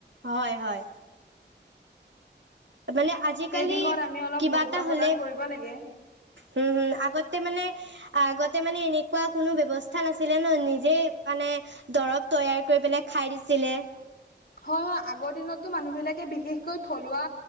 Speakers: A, on the right; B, on the left.
A: হয় হয়। মানে আজিকালি
B: সেই দিশত আমি অলপ
A: কিবা
B: গুৰুত্ব
A: এটা
B: প্ৰদান
A: হ'লে
B: কৰিব লাগে
A: হোম হোম আগতে মানে আগতে মানে এনেকুৱা কোনো ব্যৱস্থা নাছিলে ন, নিজে মানে দৰব তৈয়াৰ কৰি পেলাই খাই দিছিলে।
B: হয় হয় আগৰ দিনততো মানুহবিলাকে বিশেষকৈ থলুৱা,